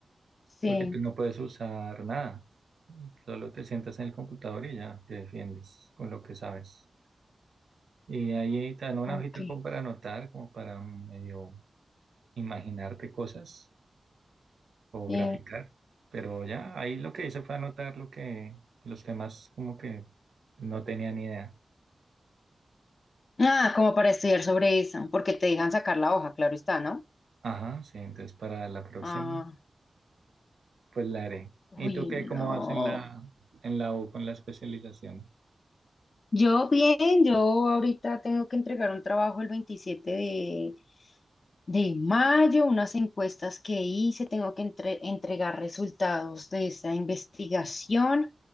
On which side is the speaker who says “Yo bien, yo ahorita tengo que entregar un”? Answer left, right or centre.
Left